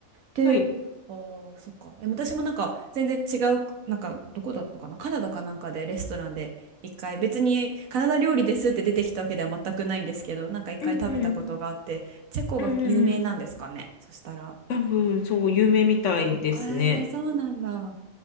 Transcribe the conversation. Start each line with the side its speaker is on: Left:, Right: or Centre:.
Right: で、
Left: はい。
Right: あーそっか。でも私もなんか全然違う、なんかどこだったかな、カナダかなんかでレストランで一回、別にカナダ料理ですって出てきたわけでは全くないんですけど、なんか一回食べたことがあって、
Left: うんうん、
Right: チェコが有名なんですかね、
Left: うんうんうん。
Right: そしたら。
Left: 多分、そう、有名みたいですね。
Right: えー、そうなんだ。